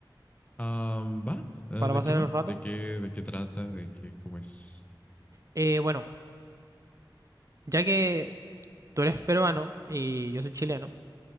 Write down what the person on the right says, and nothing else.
para
pasar
el rato.
Eh, bueno, ya que tú eres peruano y yo soy chileno,